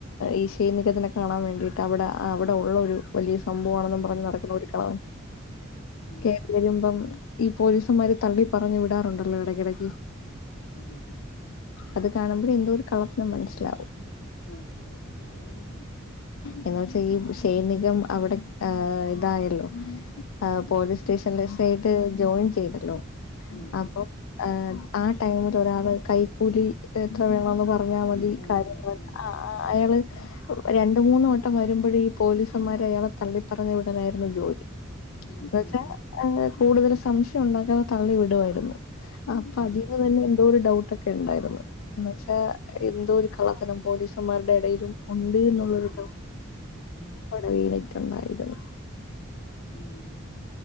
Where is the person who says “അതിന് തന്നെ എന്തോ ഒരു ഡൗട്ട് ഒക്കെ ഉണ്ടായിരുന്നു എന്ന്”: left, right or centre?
Left